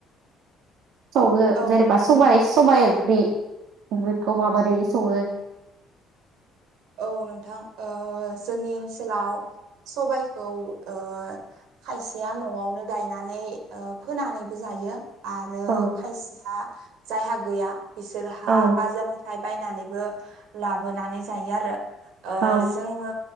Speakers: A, on the right; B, on the right.
A: सावो
B: औ
A: जेनेबा सबाय सबाय ओंख्रि बेफोरखौ माबादि सङो?
B: औ नोंथां ओ जोंनि ओनसोलाव सबायखौ ओ खायसेया न'आवनो गायनानै ओ फोनानैबो जायो। आरो
A: औ
B: खायसेया जायहा गैया बिसोरहा
A: औ
B: बाजारनिफ्राय बायनानैबो लाबोनानै जायो आरो ओ
A: औ
B: जोङो